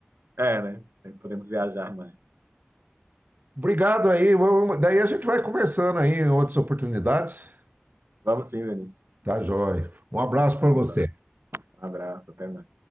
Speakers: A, on the right (about 70°); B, on the right (about 45°).
A: É, né? Sempre podemos viajar mais.
B: Obrigado aí. vamos- daí a gente vai conversando aí em outras oportunidades.
A: Vamos sim, Vinícius.
B: Tá, joia. Um abraço para
A: Então
B: você.
A: tá. Um abraço, até mais.